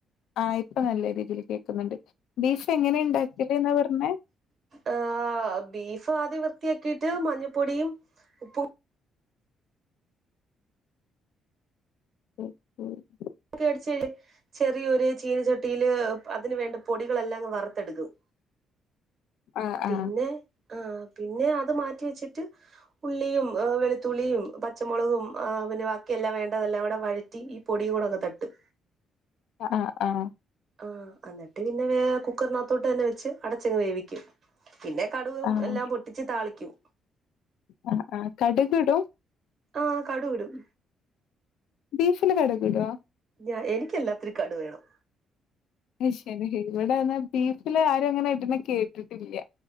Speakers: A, on the left; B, on the right.
A: ആ ഇപ്പ നല്ല രീതിയിൽ കേക്ക്ന്നുണ്ട് ബീഫ് എങ്ങനെണ്ടാക്കില് ന്നാ പറഞ്ഞേ
B: ആ ബീഫ് ആദ്യം വൃത്തിയാക്കീട്ട് മഞ്ഞപ്പൊടിയും ഉപ്പും
A: ഉ ഉ <unintelligible>
B: <unintelligible> ചെറിയൊരു ചീനച്ചട്ടിയില് അതിന് വേണ്ട പൊടികളെല്ലാംങ്ങ് വറുത്തെട്ക്കും
A: <inaudible>
B: പിന്നെ
A: ആ
B: ആ പിന്നെ അത് മാറ്റിവെച്ചിട്ട് ഉള്ളിയും എ വെളുത്തുള്ളിയും പച്ചമൊളകും ആ പിന്നെ ബാക്കിയെല്ലാം വേണ്ടതെല്ലാം കൂടെവഴറ്റി ഈ പൊടിയും കൂടെ തട്ടും
A: അആ ആ
B: ആ അന്നട്ട് പിന്നെ വേ കുക്കറിനകത്തോട്ട് തന്നെ വെച്ച് അടച്ചങ്ങ് വേവിക്കും പിന്നെ കടുകും
A: ആ
B: എല്ലാം പൊട്ടിച്ച് താളിക്കും
A: അ ആ കട്കിടും
B: ആ കടുവ്ടും
A: ബീഫില് കടുകിടോ
B: ഞ എനിക്ക് എല്ലാത്തിനും കടുവേണം
A: അശെരി ഇവിടെന്ന ബീഫില് ആരും അങ്ങനെ ഇട്ണെ കേട്ടിട്ടില്ലൃ